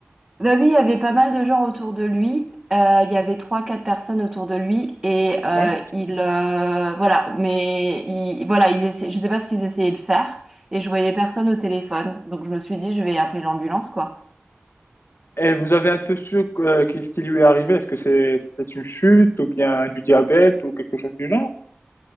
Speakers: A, on the right (about 25°); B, on the left (about 80°).
A: Bah oui, il y avait pas mal de gens autour de lui. Euh, il y avait trois, quatre personnes autour de lui et euh,
B: Ouais.
A: il euh, voilà. Mais il, voilà, ils essaient, je sais pas ce qu'ils essayaient de faire et je voyais personne au téléphone. Donc je me suis dit, je vais appeler l'ambulance, quoi.
B: Et vous avez un peu su euh, qu'est-ce qui lui est arrivé? Est-ce que c'est c'est une chute ou bien du diabète ou quelque chose du genre?